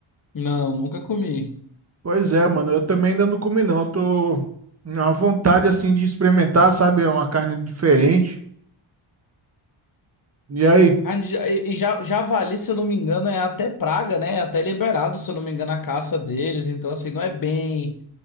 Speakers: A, on the left; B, on the right.
A: Não, nunca comi.
B: Pois é, mano, eu também ainda não comi não. Eu tô na vontade assim de experimentar, sabe? É uma carne diferente. E aí,
A: Carne de ja- E e ja- javali, se eu não me engano, é até praga, né? É até liberado, se eu não me engano, a caça deles. Então, assim, não é bem,